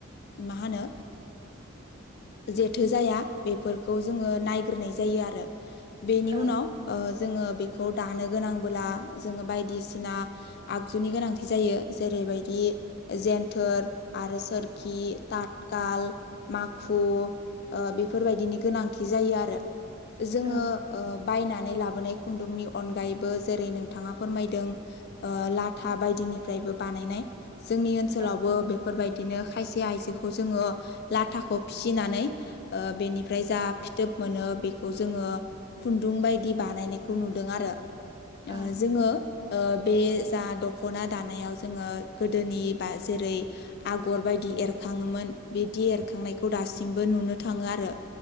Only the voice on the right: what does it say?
औ
औ
औ
औ